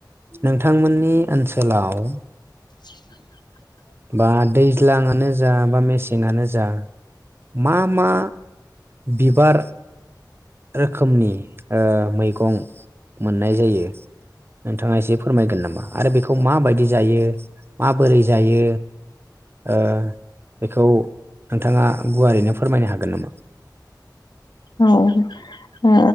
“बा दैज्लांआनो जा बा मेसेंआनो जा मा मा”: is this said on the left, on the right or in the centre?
Right